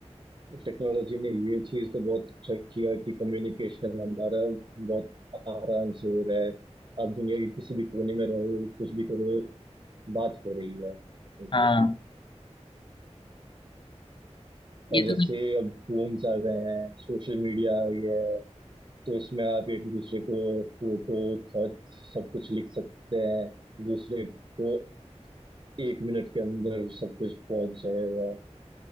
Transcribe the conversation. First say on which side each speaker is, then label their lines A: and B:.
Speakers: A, on the right; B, on the left.
A: टेक्नोलॉजी ने ये चीज तो बहुत अच्छा किया कि कम्युनिकेशन हमारा बहुत आराम से हो रहा है आप दुनिया के किसी भी कोने में रहो कुछ भी करो बात हो रही है उनकी
B: हाँ ये
A: और जैसे
B: तो कहीं
A: अब फोन्स आ गए हैं सोशल मीडिया आ गया है तो उसमें आप एक दूसरे को फोटो खत सब कुछ लिख सकते हैं दूसरे को एक मिनट के अंदर सब कुछ पहुंच जाएगा